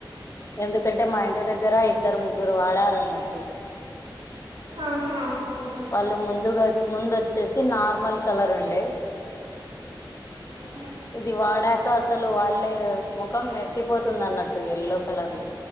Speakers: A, on the left (about 35°); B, on the right (about 80°).
A: ఎందుకంటే మా ఇంటి దగ్గర ఇద్దరు ముగ్గురు వాడారన్నట్టు
B: ఆ హా హవున
A: వాళ్ళు ముందుగా ముందు ఓచ్చేసి నార్మల్ కలర్ ఉండే
B: మ్
A: ఇది వాడాక అసలు వాళ్ళే ముఖం మెర్సిపోతుందన్నట్టు ఎల్లో కలర్ లో